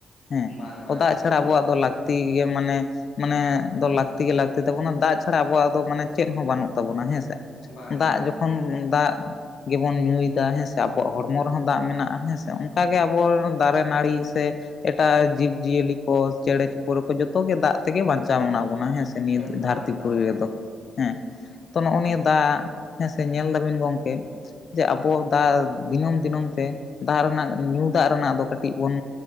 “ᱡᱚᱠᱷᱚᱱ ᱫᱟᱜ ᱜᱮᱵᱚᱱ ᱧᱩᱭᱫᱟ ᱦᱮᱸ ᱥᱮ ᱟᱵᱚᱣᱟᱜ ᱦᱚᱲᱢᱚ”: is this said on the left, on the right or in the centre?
Left